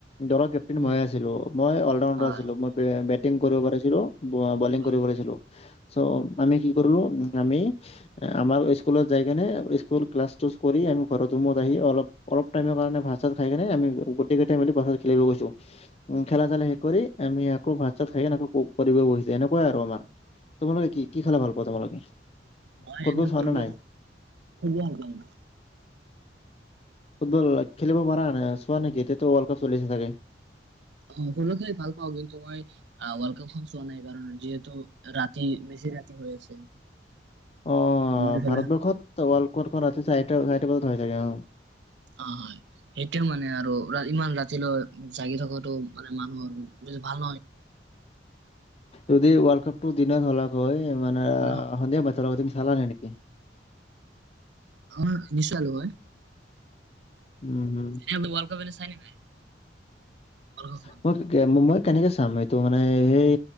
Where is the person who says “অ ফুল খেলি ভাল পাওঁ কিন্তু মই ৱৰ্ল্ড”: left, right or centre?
Right